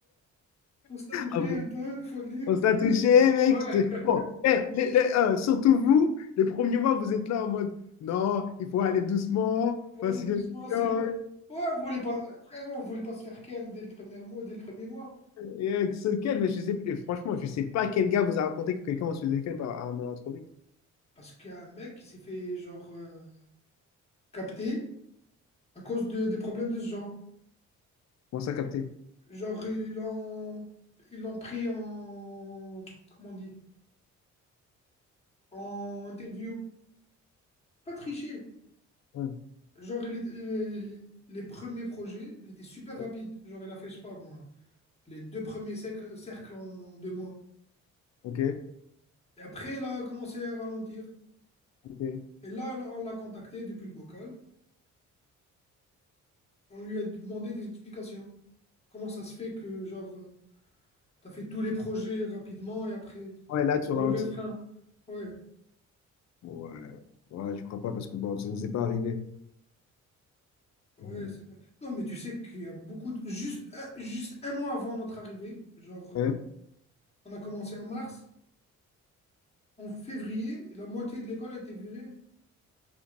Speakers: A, on the left; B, on the left.
A: pour se toucher
B: ça
A: un peu, faut le dire.
B: On se l'a touché, mec.
A: Ouais,
B: c'est- Bon, eh, les- les- euh, surtout vous, les premiers mois, vous êtes là en mode, non, il faut aller doucement,
A: faut
B: parce
A: aller doucement,
B: que <laughs>
A: sérieux.
B: sinon,
A: Ouais, on voulait pas... Frère, on voulait pas se faire ken dès le premier mois, dès le premier mois.
B: et avec ce calme, mais je sais, et franchement, je sais pas quel gars vous a raconté que quelqu'un se faisait calme par- en allant trop vite.
A: Parce qu'il y a un mec qui s'est fait genre euh, capter à cause de, des problèmes de ce genre.
B: Comment ça capter?
A: Genre, ils l'ont ils l'ont pris en. Comment on dit? En interview. Pas triché.
B: Ouais,
A: Genre, il était- il- les premiers projets, il était super rapide.
B: ouais.
A: Genre, il a fait, je sais pas moi, les deux premiers cercles, cercles en deux mois.
B: Ok,
A: Et après, il a commencé à ralentir.
B: ok.
A: Et là, là, on l'a contacté depuis le bocal. On lui a demandé des explications. Comment ça se fait que, genre, euh, t'as fait tous les projets rapidement et après.
B: Ouais, là, tu ralentis.
A: Lever le frein. Ouais,
B: Ouais, ouais, je crois pas parce que bon, ça nous est pas arrivé.
A: ouais,
B: Mm.
A: c'est vrai. Non, mais tu sais qu'il y a beaucoup de... Juste, un- juste un mois avant notre arrivée, genre, euh,
B: Ouais,
A: on a commencé en mars, en février, la moitié de l'école a été virée.